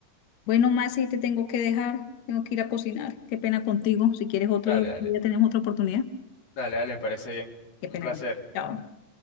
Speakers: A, on the left (about 65°); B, on the left (about 80°).
A: Bueno, Masi, te tengo que dejar, tengo que ir a cocinar. Qué pena contigo. Si quieres otro,
B: Dale, dale,
A: ya tenemos otra oportunidad.
B: dale, dale, me parece bien.
A: Qué pena
B: Un placer.
A: contigo. Chao.